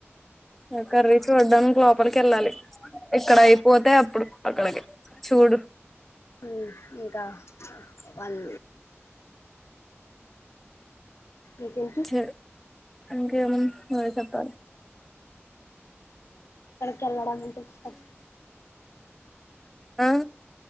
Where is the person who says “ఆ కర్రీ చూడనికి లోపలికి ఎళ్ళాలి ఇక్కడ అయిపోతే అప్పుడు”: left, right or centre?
Centre